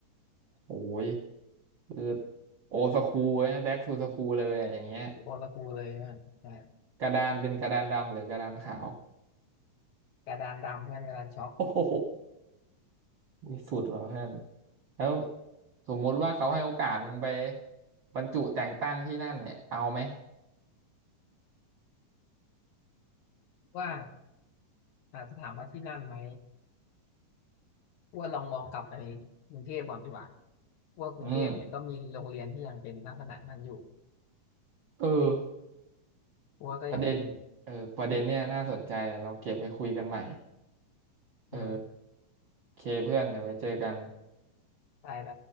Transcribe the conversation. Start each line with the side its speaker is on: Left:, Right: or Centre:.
Right: โอ้ยคือโอสคูลแบ็กทูสคูลเลยอะอย่างเงี้ย
Left: โอตะกูเลยมันใช่
Right: กระดานเป็นกระดานดำหรือกระดานขาว <laughs>
Left: กระดานดำเพื่อนกระดานช็อก
Right: โอ้โหวิสุดว่ะเพื่อนแล้วสมมุติว่าเขาให้โอกาสมึงไปบรรจุแต่งตั้งที่นั่นเนี่ยเอาไหม
Left: ว่าอาจจะถามว่าที่นั่นไหมว่าลองมองกลับไปในกรุงเทพก่อนดีกว่าว่ากรุงเทพเนี่ยก็มีโรงเรียนที่ยังเป็นลักษณะนั้นอยู่
Right: อืมเออ
Left: กูว่าก็ยังมีอยู่
Right: ประเด็นเออประเด็นเนี่ยน่าสนใจเดี๋ยวเราเก็บไปคุยกันใหม่เออ
Left: อืม
Right: เคเพื่อนเดี๋ยวไปเจอกัน
Left: ไปไป